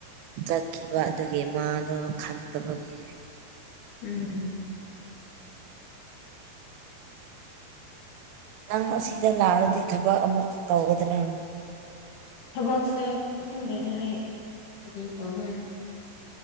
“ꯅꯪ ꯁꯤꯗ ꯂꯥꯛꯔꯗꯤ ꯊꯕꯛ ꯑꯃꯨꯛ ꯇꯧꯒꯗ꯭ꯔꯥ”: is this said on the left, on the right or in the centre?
Right